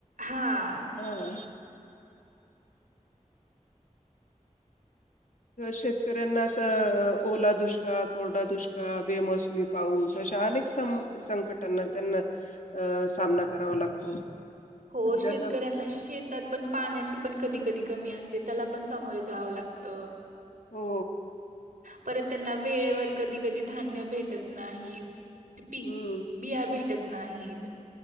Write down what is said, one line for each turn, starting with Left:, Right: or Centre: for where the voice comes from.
Right: हा
Left: हा शेतकऱ्यांना असं ओला दुष्काळ कोरडा दुष्काळ बेमोसमी पाऊस अशा अनेक संक संकटांना त्यांना सामना करावा लागतो.
Right: हो
Left: म्हणजे
Right: शेतकऱ्यांना
Left: आता
Right: शेतात पण पाण्याची पण कधी कधी कमी असते त्याला पण समोरे जावं लागत.
Left: हो.
Right: परत त्यांना वेळेवर कधी कधी धान्य भेटत नाही. पीक
Left: हं.
Right: बिया भेटत नाहीत.